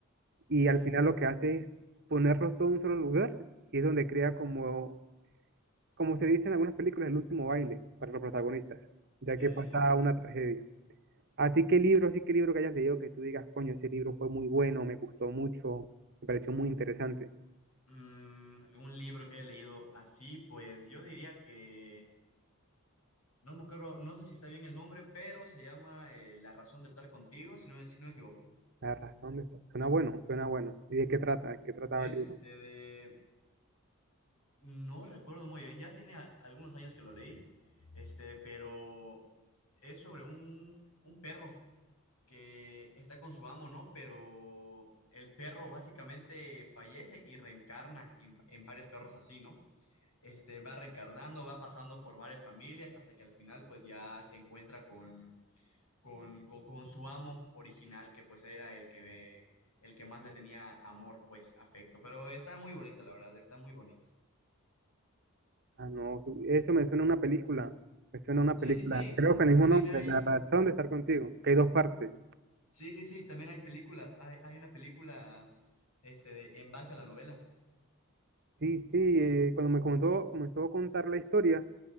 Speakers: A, on the right (about 50°); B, on the left (about 85°).
A: y
B: ujú.
A: al final lo que hace es ponerlos todo en un solo lugar y es donde crea como, como se dice en algunas películas, el último baile para los protagonistas, ya
B: Ya,
A: que pasa
B: ya, ya.
A: una tragedia. ¿A ti qué libro, así qué libro que hayas leído que tú digas, coño, ese libro fue muy bueno, me gustó mucho, me pareció muy interesante?
B: Mm, algún libro que haya leído así, pues yo diría que, no me acuerdo, no sé si está bien el nombre, pero se llama eh, La razón de estar contigo, si no, me- si no me equivoco.
A: La razón de estar. Suena bueno, suena bueno. ¿Y de qué trata? ¿De qué trataba
B: Es
A: el libro?
B: este de, no recuerdo muy bien, ya tiene a- algunos años que lo leí, este, pero es sobre un, un perro que está con su amo, ¿no? Pero el perro básicamente fallece y reencarna en, en varios perros así, ¿no? este, va reencarnando, va pasando por varias familias hasta que al final pues ya se encuentra con, con, con, con su amo original, que pues era el que, el que más le tenía amor, pues afecto. Pero está muy bonito, la verdad, está muy bonito.
A: Ah, no, su- eso me suena a una película. Me suena a una
B: Sí,
A: película.
B: sí, sí.
A: Creo que el mismo
B: También
A: nombre,
B: hay,
A: La razón de estar contigo, que hay dos partes.
B: sí, sí, sí, también hay películas. Hay, hay una película este, de- en base a la novela.
A: Sí, sí, eh, cuando me comenzó, comenzó a contar la historia,